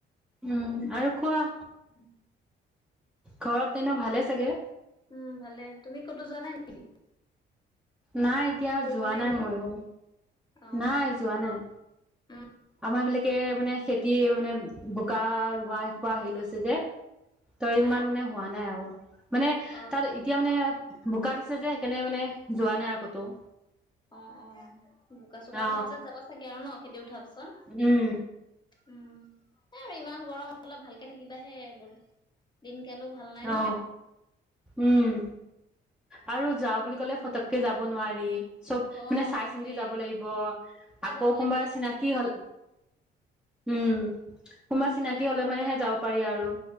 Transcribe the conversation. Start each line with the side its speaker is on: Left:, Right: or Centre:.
Centre: উম আৰু কোৱা।
Left: উম
Centre: ঘৰত। এনে ভালে চাগে
Left: উম ভালে তুমি ক'তো যোৱা নাই নেকি?
Centre: নাই এতিয়া
Left: ফুৰিবলে
Centre: যোৱা নাই
Left: এনেই
Centre: মইয়ো।
Left: অ
Centre: নাই যোৱা নাই
Left: উম
Centre: আমাৰ বিলাকে মানে। খেতিয়ে মানে বোকা ৰোৱা এসোপা হেৰি লৈছে যে। তই
Left: হা
Centre: ইমান মানে হোৱা নাই আৰু মানে তাত
Left: অ অ
Centre: এতিয়া মানে বোকা দি। ছে যে সেইকাৰণে মানে যোৱা নাই আৰু ক'তো।
Left: অ অ বোকা চোকা
Centre: অ
Left: উঠা পাছত যাব চাগে আৰু ন খেতি উঠা। কন
Centre: উম
Left: উ আৰু ইমান গৰম। অলপ ভালকে থাকিবাহে বোৰ দিনকালো ভাল নাই
Centre: অ
Left: ন।
Centre: উম আৰু যা বুলি ক'লে ফটককে যাব নোৱাৰি। চব
Left: অ
Centre: মানে চাই
Left: সেইটোয়ে
Centre: চিন্তি যাব লাগিব আকৌ
Left: যাব
Centre: কোনবা
Left: লাগে
Centre: চিনাকি হ'ল। উম কোনোবা চিনাকি
Left: হলেহে
Centre: হলে মানেহে
Left: পাৰিম ন
Centre: যাব পাৰি আৰু।